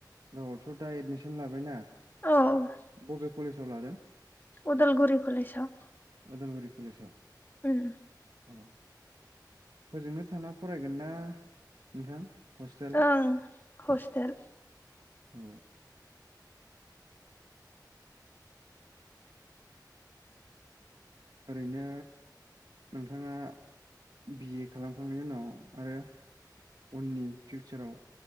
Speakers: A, on the right; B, on the left.
A: रावआवथ' दा एडमिसन लाबायना?
B: औ
A: बबे कलेजाव लादों ।
B: उदालगुरि कलेजआव
A: अदालगुरि कलेजाव
B: उम
A: औ हजोंनो थाना फरायगोन ना नोंथां? हस्टेल
B: ओं हस्टेल
A: औ ओरैनो नोंथाङा बि ए खालामखांनायनि उनाव आरो उननि फिउचाराव